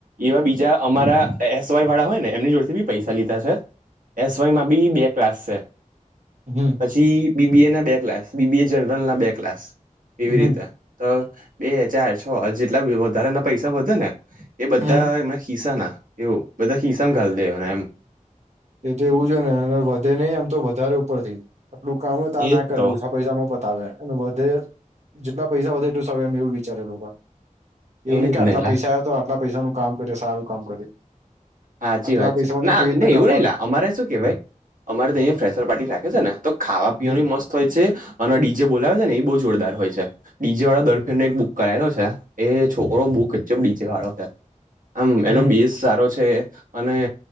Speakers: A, on the right; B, on the right.
A: એવા બીજા અમારા એસવાયવાળા હોય ને એમની જોડેથી બી પૈસા લીધા છે. એસયમાં બી બે ક્લાસ છે.
B: હમ્મ
A: પછી બીબીએના બે ક્લાસ બીબીએ જનરલના બે ક્લાસ એવી
B: હમ
A: રીતે. તો બે ચાર છ જેટલા વધારાના પૈસા વધે ને એ બધા
B: હમ
A: એમાં ખિસ્સાના, એવું બધા ખિસ્સામાં ઘાલ દેવાના એમ.
B: એ તો એવું જ હોયને. અને વધે નહી આમ તો વધારે ઉપરથી આપડું કામ હો તાર
A: એજ
B: ના કરે
A: તો
B: ઓછા પૈસામાં પતાવે અને વધે જેટલા પૈસા વધે એટલું સાર એમ એવું વિચારે લોકા એવું
A: એજ
B: નહી કે આટલા
A: ને લા
B: પૈસા આવ તો આટલા પૈસાનું કામ કરે સારું કામ કરે.
A: સાચી
B: આટલા
A: વાત
B: પૈસામાંથી
A: છે ના
B: કેવી રીતના
A: ને એવું
B: કા
A: નઈ લા અમારે શું કેહેવાય અમારે તો અહીંયા ફેશર પાર્ટી રાખે છે ને તો ખાવા પીવાની
B: હમ
A: મસ્ત હોય છે અને ડીજેે બોલાવે છે ને એ બહુ જોરદાર હોય છે. ડીજે વાળો દરફેણને એક બુક કરાયેલો છે એ છોકરો બહુ ગજબ ડીજેવાળો છે. આમ એનો
B: હમ
A: બેસ સારો છે. અને